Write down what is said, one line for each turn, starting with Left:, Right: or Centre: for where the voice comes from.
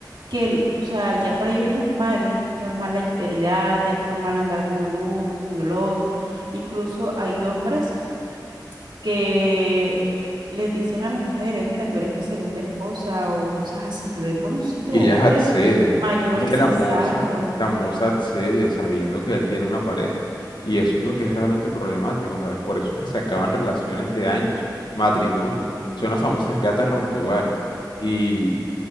Right: que, el- o sea, ya para ellos es normal, es normal la infidelidad, es normal andar con el uno, con el otro. Incluso hay hombres que les dicen a las mujeres, mira, tú eres mi segunda esposa o cosas así. Yo he conocido
Left: Y
Right: hombres
Left: ellas acceden.
Right: mayores,
Left: Es que la
Right: exacto.
Left: moza, la moza accede sabiendo que él tiene una pareja. Y eso es lo que es realmente problemático, ¿sabes? Por eso es que se acaban relaciones de años, matrimonios.
Right: Ujú.
Left: Son las famosas gatas rompehogares. Y